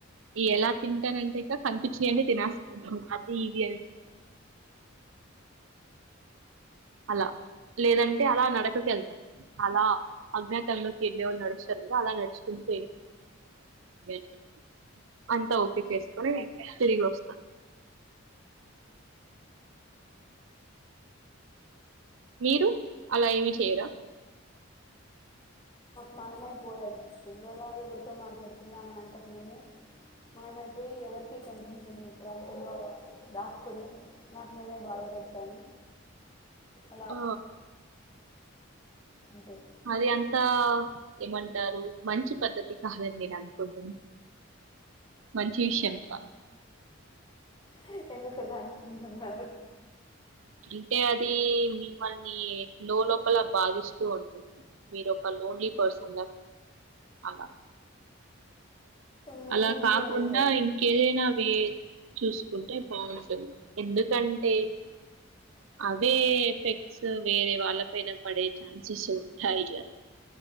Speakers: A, on the right (about 70°); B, on the left (about 25°).
A: ఇ ఎలా తింటానంటే ఇక కనిపించనండి తినేస్తా అది ఇది అని అలా లేదంటే అలా నడకకు వెళ్తా అలా అజ్ఞాతంలోకి వెళ్ళే ఒళ్ళు నడుస్తారు చూద్ అలా నడుచుకుంట <unintelligible> అంతా ఓకే చేసుకొని తిరిగి వస్తా మీరు అలా ఏమి చేయరా
B: మయమైపోయాయిపిస్తుంది ఎలా ఎవరితో మాట్లాడుకుండా అనంతకు మేమే మయమైపోయి ఎవరికి కనిపించని ఈ ప్రాంతంలో దాక్కొని నాకు నేనే బాధపడతాను అలా
A: ఆ
B: ఉంటాయి
A: అది అంతా ఏమంటారు మంచి పద్ధతి కాదని నేను అనుకుంటున్నా మంచి విషయం కా
B: హ ఎందుకలా అనుకుంటున్నారు
A: అంటే అది మిమ్మల్ని లో లోపల బాధిస్తూ ఉంటుంది మీరోపల లోన్లీ పర్సన్ అలా
B: ముందు
A: అలా
B: నుంచి
A: కాకుండా
B: అదే కదా
A: ఇంకేదైనావే చూసుకుంటే బావుంటది ఎందుకంటే అవే ఎఫెక్ట్స్ వేరే వాళ్ళ పైన పడే ఛాన్సెస్ ఉంటాయి కదా